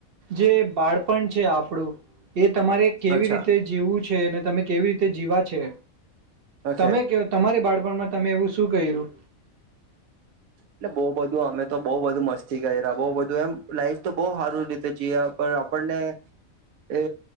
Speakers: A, on the right (about 50°); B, on the right (about 80°).
A: જે બાળપણ છે આપણું એ તમારે કેવી
B: અચ્છા
A: રીતે જીવવું છે અને તમે કેવી રીતે જીવા છે
B: ઓકે
A: તમે કેવો તમારી બાળપણમાં તમે એવું શું ક્યું
B: એટલે બઉુ બધું અમે તો બઉ બધુ મસ્તી કરી્યા બઉ બધું એમ લાઈફ તો બહ સારું જયા પર આપણને એ